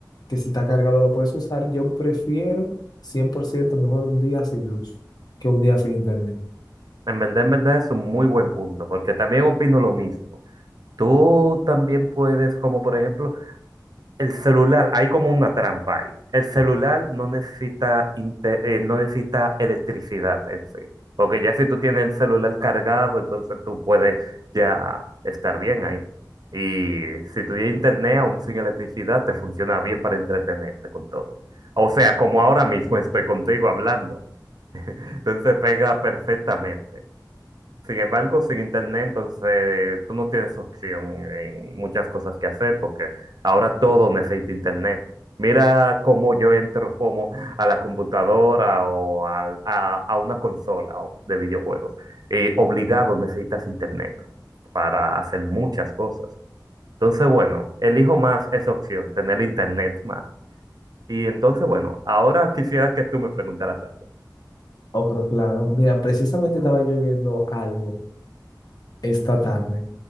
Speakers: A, on the left (about 60°); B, on the right (about 60°).
A: que si está cargado lo puedes usar. Yo prefiero 100% mejor un día sin luz que un día sin internet.
B: En verdad, en verdad es un muy buen punto, porque también opino lo mismo. Tú también puedes, como por ejemplo, el celular, hay como una trampa ahí. El celular no necesita, inte- eh, no necesita electricidad en sí, porque ya si tú tienes el celular cargado, entonces tú puedes ya estar bien ahí. Y si tú tienes internet, aún sin electricidad, te funciona bien para entretenerte con todo. O sea, como ahora mismo estoy contigo hablando, entonces pega perfectamente. Sin embargo, sin internet, entonces tú no tienes opción en muchas cosas que hacer porque ahora todo necesita internet. Mira cómo yo entro como a la computadora o al- a, a una consola o de videojuegos. Y obligado necesitas internet para hacer muchas cosas. Entonces, bueno, elijo más esa opción, tener internet más. Y entonces, bueno, ahora quisiera que tú me preguntaras algo.
A: Oh, pero claro, mira, precisamente estaba yo viendo algo esta tarde